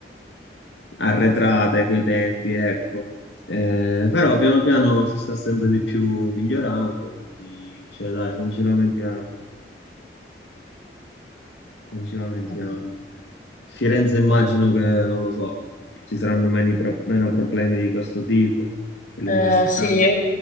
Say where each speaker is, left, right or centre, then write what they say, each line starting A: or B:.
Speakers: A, on the left; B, on the left.
A: arretrate coi tempi, ecco. Eh, però piano piano si sta sempre di più migliorando, quindi cioè, dai, non ci lamentiamo, non ci lamentiamo.
B: sì.
A: Firenze immagino che, non lo so, ci saranno meni pro- meno problemi di questo tipo per
B: Eh,
A: l'università.
B: sì, io,